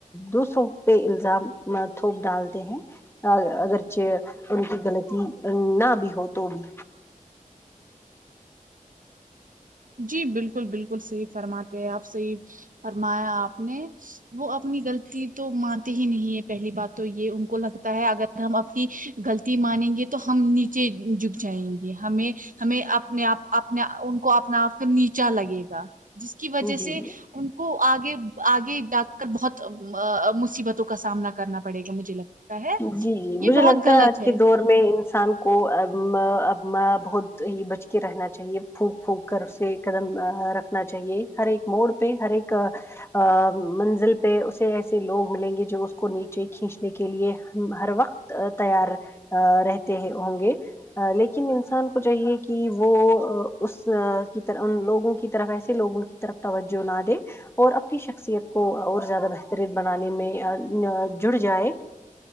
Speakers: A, on the left; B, on the right.
A: دوسرو پہ الزام تھوک ڈالتے ہیں اگر چہ ان کی غلط نہ بھی ہو تو بھی
B: جی بالکل بالکل صحیح فرماتے ہیں آپ صحیح فرمایا آپ نے وہ اپنی غلطی تو مانتے ہی نہیں ہے پہلی بات تو یہ ان کو لگتا ہے اگر ہم اپنی غلط مانیں گے تو ہم نیچے جک جائیں گے ہمیں ہمیں اپنے آپ ان کو اپنا آپ کا نیچا لگے گا جس کی وجہ
A: جی
B: سے
A: جی
B: ان کو آگے آگے ڈاک کر بہت مصیبتوں کا سامنا کرنا پڑے گا مجھے لگتا ہے
A: جی جی مجھے
B: یہ بہت
A: لگتا
B: غلط
A: آج
B: ہے
A: کے دور میں انسان کو اب مہ اب مہ بہت ہی بچ کے رہنا چاہیے پھونک پھونک کر اسے قدم رکھنا چاہیے ہر ایک موڑ پہ ہر ایک آ منزل پہ اسے ایسے لوگ ملیں گے جو اس کو نیچے کھینچنے کے لیے ہم ہر وقت تیار رہتے ہوں گے لیکن لن انسان کو چاہیے کہ وہ اس کی طرح ان لوگوں کی طرف ایسے لوگوں کی طرف توجہ نا دے اور اپنی شخصیت کو اور زیادہ بہترین بنانے میں جڑ جائے